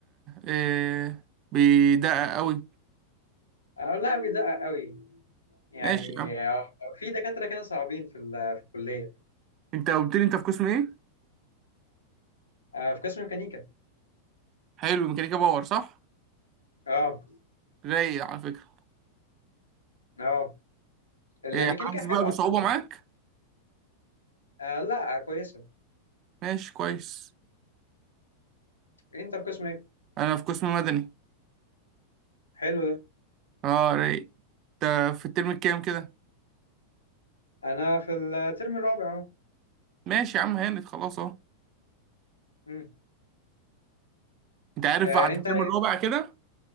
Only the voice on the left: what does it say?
آه لا بيدقق قوي يعني
آه في دكاتره كده صعبين في ال- في الكليه
آه في قسم ميكانيكا
اه
اه الميكانيكا
حلوه
عامه
آه لا كويسه
انت في قسم ايه
حلو ده
انا في الترم الرابع اهو
مم.
آه
انت
ايه